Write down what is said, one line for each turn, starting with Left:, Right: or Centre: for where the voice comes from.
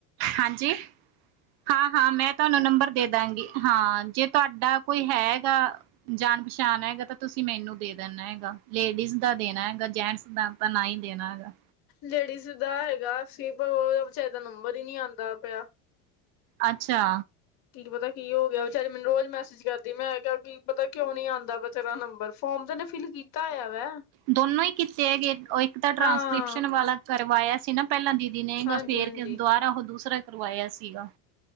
Right: ਹਾਂਜੀ ਹਾਂ, ਹਾਂ ਮੈਂ ਤੁਹਾਨੂੰ ਨੰਬਰ ਦੇ ਦਾਂਗੀ। ਹਾਂ ਜੇ ਤੁਹਾਡਾ ਕੋਈ ਹੈਗਾ। ਜਾਣ-ਪਛਾਣ ਹੈਗਾ ਤਾਂ ਤੁਸੀਂ ਮੈਨੂੰ ਦੇ ਦੇਣਾ ਹੈਗਾ ਲੇਡੀਜ਼ ਦਾ ਦੇਣਾ ਹੈਗਾ ਜੈਂਸ ਦਾ ਤਾਂ ਨਾ ਹੀ ਦੇਣਾ ਹੈਗਾ।
Left: ਲੇਡੀਜ਼ ਦਾ ਹੈਗਾ ਸੀ ਪਰ <unintelligible> ਉਹ ਵਿਚਾਰੀ ਦਾ ਨੰਬਰ ਹੀ ਨੀ ਆਦਾ ਪਿਆ।
Right: ਅੱਛਾ।
Left: ਕੀ ਪਤਾ ਕੀ ਹੋ ਗਿਆ ਵਿਚਾਰੀ ਮੈਨੂੰ ਰੋਜ਼ ਮੈਸੇਜ ਕਰਦੀ ਮੈਂ ਕਿਹਾ ਕੀ ਪਤਾ ਕਿਉਂ ਨੀ ਆਦਾ ਪਆ। ਤੇਰਾ ਨੰਬਰ ਫੋਮ ਤੇ ਤਾ ਫਿਲ ਕੀਤਾ ਹੋਆ ਵੈ।
Right: ਦੋਨੋ ਹੀ ਕੀਤੇ ਹੈਗੇ ਇੱਕ ਤਾਂ ਟ੍ਰਾਂਸਕ੍ਰਿਪਸ਼ਨ
Left: ਹਾਂ
Right: ਵਾਲਾ ਕਰਵਾਇਆ ਸੀ ਨਾ। ਪਹਿਲਾਂ ਦੀਦੀ ਨੇਗਾ
Left: ਹਾਂਜੀ
Right: ਫੇਰ
Left: ਹਾਂਜੀ
Right: ਦੁਬਾਰਾ ਉਹ ਦੂਸਰਾ ਕਰਵਾਇਆ ਸੀਗਾ‌।